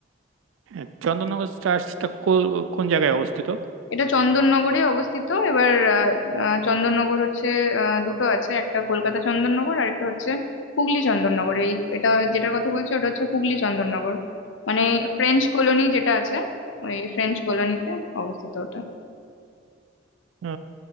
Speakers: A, on the right (about 80°); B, on the left (about 75°).
A: হ্যাঁ, চন্দননগর চার্চটা কো- কোন জায়গায় অবস্থিত
B: এটা চন্দননগরে অবস্থিত এবার আহ, আহ, চন্দননগর হচ্ছে আহ, দুটো আছে একটা কলকাতা চন্দননগর আর একটা হচ্ছে হুগলি চন্দননগর এই এটা যেটার কথা বলছি ওটা হচ্ছে হুগলি চন্দননগর মানে ফ্রেঞ্চ কলোনি যেটা আছে ওই ফ্রেঞ্চ কলোনিতে অবস্থিত ওটা
A: ও,